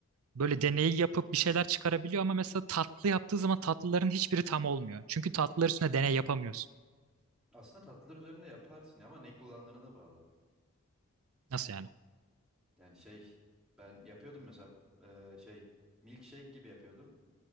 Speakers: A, on the right; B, in the centre.
A: Böyle deneyi yapıp bir şeyler çıkarabiliyor ama mesela tatlı yaptığı zaman tatlıların hiçbiri tam olmuyor. Çünkü tatlılar üstüne deney yapamıyorsun.
B: Aslında tatlılar üzerinde yaparsın ama ne kullandığına da bağlı.
A: Nasıl yani?
B: Yani şey ben yapıyordum mesela eee, şey milkshake gibi yapıyordum.